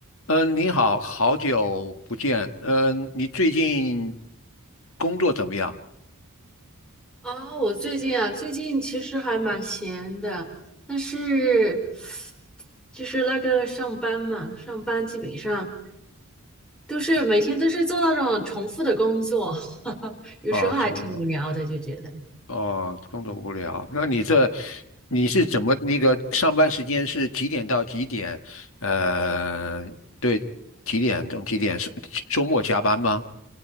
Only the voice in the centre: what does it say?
啊，我最近啊，最近其实还蛮闲的，但是就是那个上班嘛，上班基本上都是每天都是做那种重复的工作，<laughs> 有时候还挺无聊的，
就觉得。